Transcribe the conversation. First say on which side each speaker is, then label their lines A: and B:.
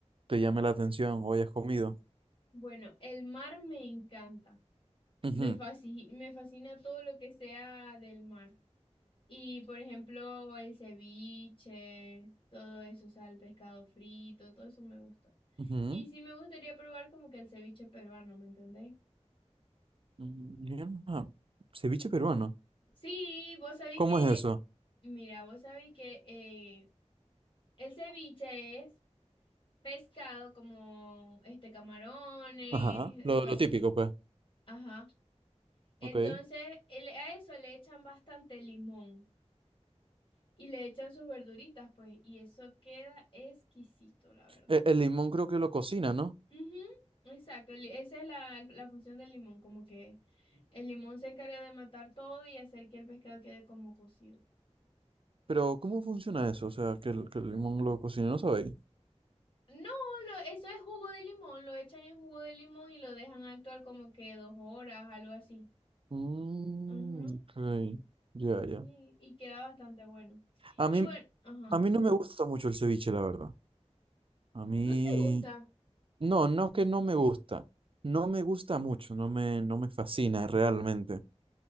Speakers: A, on the right; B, on the left.
A: te llame la atención o hayas comido.
B: Bueno, el mar me encanta.
A: Ujú,
B: Me fasci- me fascina todo lo que sea del mar. Y por ejemplo, el ceviche, todo eso, o sea, el pescado frito, todo eso me gusta.
A: ujú.
B: Y sí me gustaría probar como que el ceviche peruano, ¿me entendéis?
A: Mm, mierda. Ceviche peruano.
B: Sí, vos sabéis
A: ¿Cómo
B: que,
A: es eso?
B: mira, vos sabéis que eh, el ceviche es pescado como este camarones,
A: Ajá,
B: eh,
A: lo,
B: cualquier,
A: lo típico, pues.
B: ajá. Entonces,
A: Ok. E-
B: el- a eso le echan bastante limón y le echan sus verduritas, pues, y eso queda exquisito, la verdad.
A: El, limón creo que lo cocina,
B: Ujú, Exacto, el- esa es la, la función del limón, como que el limón se encarga de matar todo y hacer que el pescado quede como cocido.
A: Pero, ¿cómo funciona eso? O sea, que el, que el limón lo cocine, ¿no sabéis?
B: No, lo- eso es jugo de limón, lo echan en jugo de limón y lo dejan actuar como que dos horas, algo así.
A: Mm,
B: Ujú,
A: ok, ya, ya.
B: sí, Y, queda bastante bueno.
A: A
B: Y
A: mí,
B: bueno, ajá.
A: a mí no me gusta mucho el ceviche, la verdad. A mí,
B: ¿No te gusta?
A: no, no que no me gusta. No me gusta mucho, no me, no me fascina realmente.